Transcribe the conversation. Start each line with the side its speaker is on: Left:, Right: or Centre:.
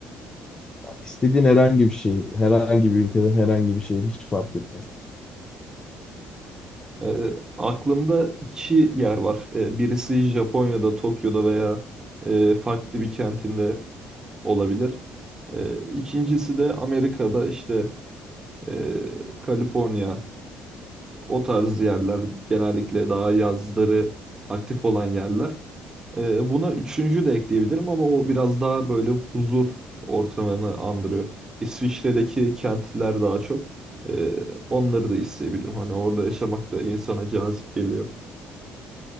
Left: İstediğin herhangi bir şehir, herhangi bir ülkeden herhangi bir şehir hiç fark etmez.
Right: Eee, aklımda iki yer var. Eee, birisi Japonya'da, Tokyo'da veya eee, farklı bir kentinde olabilir. Ee, İkincisi de Amerika'da işte e, Kaliforniya o tarz yerler genellikle daha yazları aktif olan yerler. Ee, buna üçüncü de ekleyebilirim ama o biraz daha böyle huzur ortamını andırıyor. İsviçre'deki kentler daha çok. Ee, onları da isteyebilirim. Hani orada yaşamak da insana cazip geliyor.